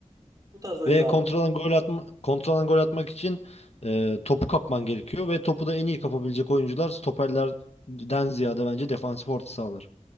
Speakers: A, on the right; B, on the left.
A: Bu tarz oyun
B: Ve
A: daha
B: kontradan gol atma, kontradan gol atmak için e, topu kapman gerekiyor ve topu da en iyi kapabilecek oyuncular stoperlerden ziyade bence defansif orta sahalar.